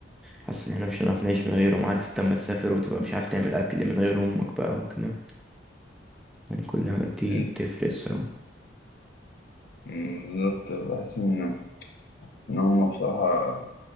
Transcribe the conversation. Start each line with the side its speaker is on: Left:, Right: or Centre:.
Centre: حاسس إن احنا مش هنعرف نعيش من غيرهم عارف انت لما تسافر وتبقى مش عارف تعمل أكل من غير أمك بقى وكده يعني كل الحاجات دي
Left: يعني.
Centre: بتفرق الصراحة
Left: مم، بالظبط بحس إن إن هما بصراحة